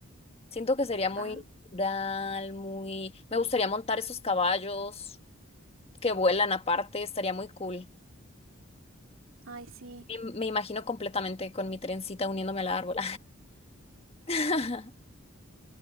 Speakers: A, on the left; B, on the right.
A: Siento que sería muy
B: Ah,
A: natural, muy... Me gustaría montar esos caballos que vuelan aparte, estaría muy cool.
B: ay, sí,
A: Me, me imagino completamente con mi trencita uniéndome al árbol. <laughs>